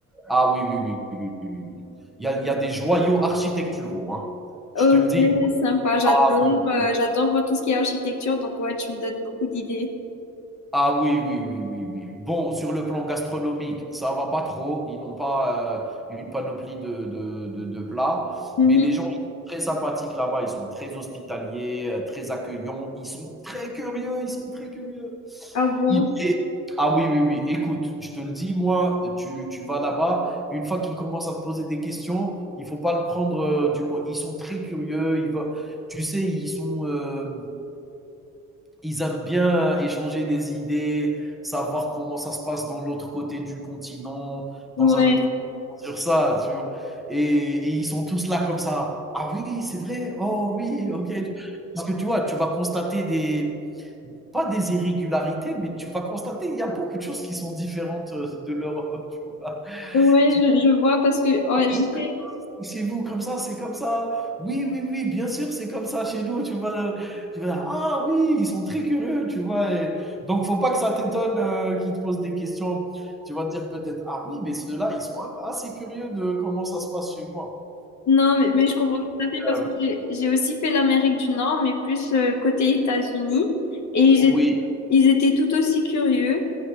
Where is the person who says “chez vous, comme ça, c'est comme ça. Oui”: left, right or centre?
Centre